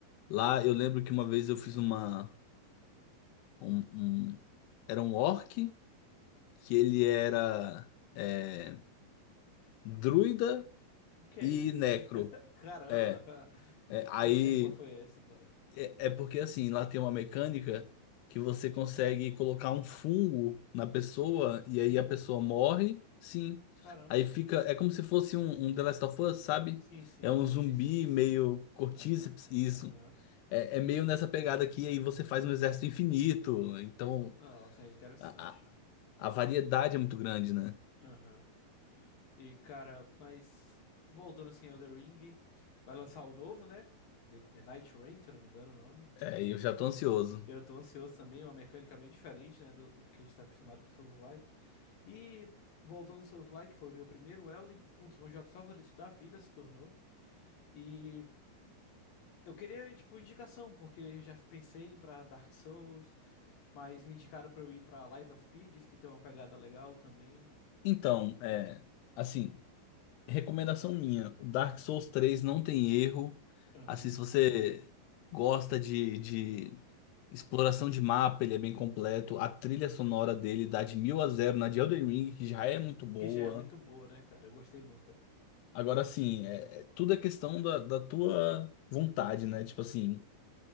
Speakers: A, on the left; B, on the left.
A: Lá eu lembro que uma vez eu fiz uma um, um- era um orc que ele era é, Druida
B: Que é
A: e
B: isso?
A: Necro.
B: <laughs> Caramba!
A: É, é,
B: Que,
A: aí
B: que mescla foi essa, cara?
A: é, é porque assim, lá tem uma mecânica que você consegue colocar um fungo na pessoa e
B: Fungo?
A: aí a pessoa morre, sim.
B: Caramba.
A: Aí fica, é como se fosse um, um The Last of Us, sabe?
B: Sim, sim,
A: É um
B: o Cordyceps.
A: zumbi meio cortíceps,
B: Aham,
A: isso.
B: aham.
A: É, é meio nessa pegada aqui, aí você faz um exército infinito. Então,
B: Nossa, é interessante.
A: a, a, a variedade é muito grande, né?
B: Aham. E, cara, mas voltando assim, Elden Ring, vai lançar o novo, né? The- É Night Rain, se eu não me engano o nome.
A: É, e eu já tô ansioso.
B: Eu tô ansioso também, é uma mecânica bem diferente, né, do, do que a gente tá acostumado com Souls-like. E voltando em Souls-like, foi o meu primeiro Elden, um dos meus jogos favoritos da vida se tornou. E eu queria, tipo, indicação, porque já pensei em ir pra Dark Souls, mas me indicaram pra eu ir pra Lies of P, diz que tem uma pegada legal também.
A: Então, é, assim. Recomendação minha, Dark Souls três não tem erro.
B: Aham.
A: Assim, se você gosta de, de exploração de mapa, ele é bem completo. A trilha sonora dele dá de mil a zero na de Elden Ring, que já é muito boa.
B: Que já é muito boa, né, cara? Eu gostei muito.
A: Agora, assim, é- é- tudo é questão da, da tua vontade, né? Tipo assim,